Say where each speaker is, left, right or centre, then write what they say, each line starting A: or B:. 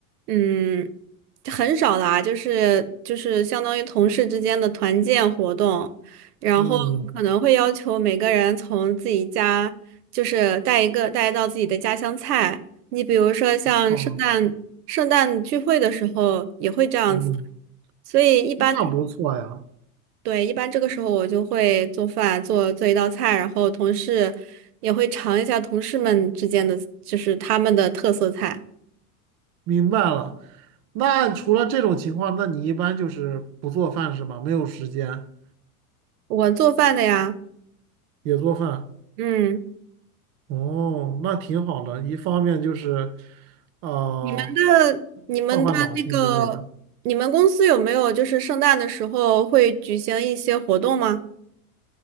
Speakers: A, on the right; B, on the right.
A: 嗯很少啦，就是就是相当于同事之间的团建活动，然后可能会要求每个人从自己家就是带一个带一道自己的家乡菜。
B: 嗯，
A: 你比如说像圣诞圣诞聚会的时候也会这样子，
B: 哦，嗯，
A: 所以一般。
B: 那不错呀。
A: 对，一般这个时候我就会做饭，做做一道菜，然后同事也会尝一下同事们之间的，就是他们的特色菜。
B: 明白了。那除了这种情况，那你一般就是不做饭是吧？没有时间
A: 我做饭的呀，
B: 也做饭。
A: 嗯，
B: 哦，那挺好的。一方面就是，呃，
A: 你们的你们的那个，
B: 换换脑筋之类的。
A: 你们公司有没有就是圣诞的时候会举行一些活动吗？